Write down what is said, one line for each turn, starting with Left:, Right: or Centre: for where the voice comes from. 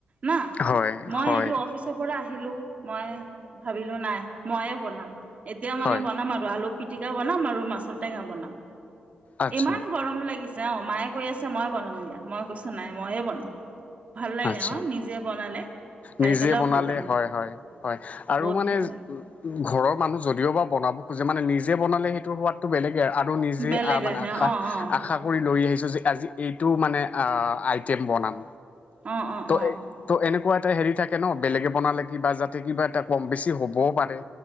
Right: না
Left: হয়
Right: মই
Left: হয়
Right: এইটো অফিচ। পৰা আহিলো মই ভাবিলো নাই মইয়ে বনাম এতিয়া মানে
Left: হয়
Right: বনাম আৰু। আলু পিটিকাও বনাম আৰু মাছৰ টেঙা বনাম
Left: আচ্ছা
Right: ইমান গৰম লাগিছে। যাওঁ মায়ে কৈ আছে মই বনাম দিয়া মই কৈছো নাই ময়ে বনাম ভাল লাগে
Left: আচ্ছা
Right: ন নিজ। নিজে বনালে। খাই
Left: নিজে
Right: পেলাইও
Left: বনালে
Right: ভাল লাগে
Left: হয়, হয়, হয়, আৰু
Right: বহুত
Left: মানে।
Right: ভাল লাগে
Left: ঘৰৰ মানুহ যদিও বা বনাব খোজে মানে নিজে বনালে সেইটোৰ সোৱাদ। টো বেলেগে আৰু নিজে
Right: বেলেগ
Left: মানে
Right: আহে
Left: আশা
Right: অ', অ',
Left: আশা। লৈ আহিছো যে আজি এইটো মানে আইটেম বনাম
Right: অ', অ',
Left: ত।
Right: অ',
Left: ত' এনেকুৱা এটা হেৰি থাকে ন বেলেগে বনালে কিবা যাতে কিবা এটা কম বেছি হ'বও পাৰে।